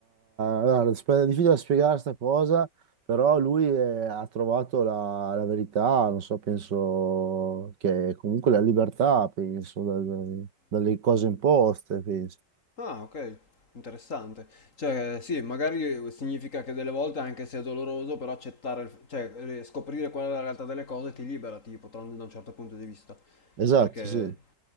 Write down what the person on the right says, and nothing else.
allora, sp- è difficile da spiegare questa cosa, però lui eh, ha trovato la, la verità, non so, penso che comunque la libertà, penso, da- da- dalle cose imposte, penso.
Esatto,
sì.